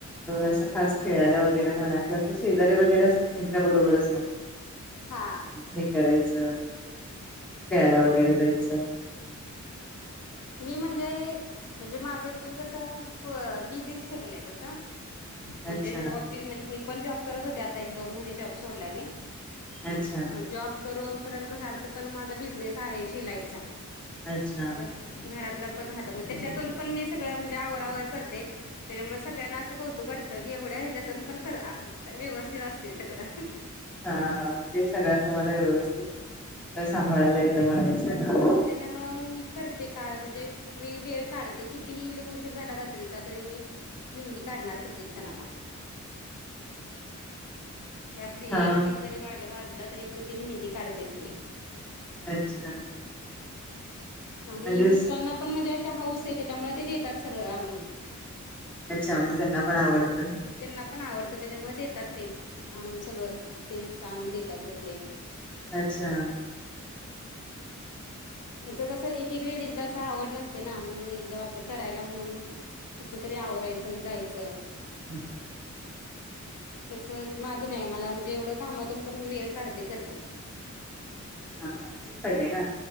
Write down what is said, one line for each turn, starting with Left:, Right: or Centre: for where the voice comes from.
Centre: असं खास खेळायला वगैरे म्हणा किंवा अस शेजारीे वगैरे असतात त्यांच्या बरोबरच मग.
Left: हा
Centre: हे करायचं खेळायला वगैरे जायच.
Left: हम् <inaudible> मी म्हणजे, म्हणजे माझं क्च्युली कसं बीझीस शडुल आहे तसं. म्हणजे
Centre: अच्छा
Left: जॉब म्हणजे मी पण जॉब करत होते आता एक, दोन महिने जॉब सोडलाय मी
Centre: अच्छा
Left: <inaudible> म जॉब करून परत घरात पण माझा बिझनेस आहे शिलाईचा.
Centre: अच्छा
Left: परत घरातलं पण राहत मग त्याच्यातून पण मी सगळं म्हणजे आवर, आवर करते. त्याच्यामुळे सगळ्यांना असं कौतुक वाटतं की एवढ्या ह्याच्यातून पण व्यवस्थित असते सगळं.
Centre: हा म्हणजे सगळ्या तुम्हाला व्यवस्थित <inaudible> सांभाळायला येतं म्हणायचं ह.
Left: त्याच्यामुळ मग मी करते काळ म्हणजे वेळ काढते कितीही उशीर झाला रात्रीचा तरी मी मेहंदी काढणार प्रत्येक सणाला. रात्री एक
Centre: हा
Left: दीड जरी वाजला तरी पण ती मेहंदी काढतेच मी
Centre: अच्छा म्हणजेच
Left: आणि मिस्टरांना पण म्हणजे अशी हाऊस आहे त्याच्यामुळे ते देतात सगळं आणून.
Centre: अच्छा म्हणजे त्यांना पण आवडत.
Left: त्यांना पण आवडत त्याच्यामुळे देतात ते आणून सगळं ते आणून देतात वगैरे
Centre: अच्छा.
Left: म्हणजे कसं एक, एक लेडीज ला असं आवड नसते ना मग एकदम आपलं करायला म्हणून कस तरी आवरायचं अन जायचं.
Centre: हम् ह <unintelligible>
Left: तस माझं नाही मला म्हणजे एवढं कामातून पण मी वेळ काढते करते.
Centre: हा तसच पाहिजे ना.